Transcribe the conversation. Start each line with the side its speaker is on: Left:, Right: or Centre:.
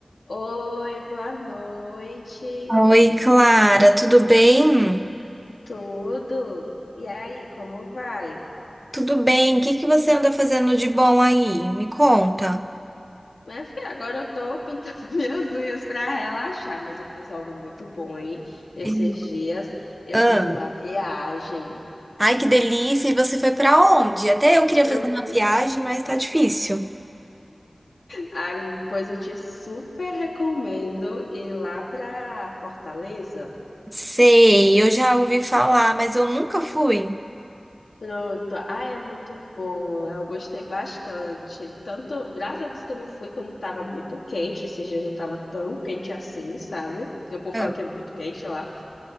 Left: Oi, boa noite,
Right: Oi, Clara, tudo bem?
Left: tudo? E aí, como vai?
Right: Tudo bem. O que que você anda fazendo de bom aí? Me conta.
Left: Minha filha, agora eu tô pintando <laughs> minhas unhas pra relaxar, mas eu fiz algo muito bom, hein? Esses
Right: Uhum.
Left: dias eu
Right: Ah,
Left: fiz uma viagem.
Right: ai, que delícia! E você foi pra onde? Até eu queria
Left: Eu...
Right: fazer uma viagem,
Left: <laughs>
Right: mas tá difícil.
Left: Ah, pois eu te super recomendo ir lá pra Fortaleza.
Right: Sei, eu já ouvi falar, mas eu nunca fui.
Left: Pronto. Ah, é muito bom. lá Eu gostei bastante. Tanto, graças a Deus que eu não fui quando tava muito quente. Esse dia não tava tão quente assim, sabe? Porque o povo
Right: Ah,
Left: fala que é muito quente lá.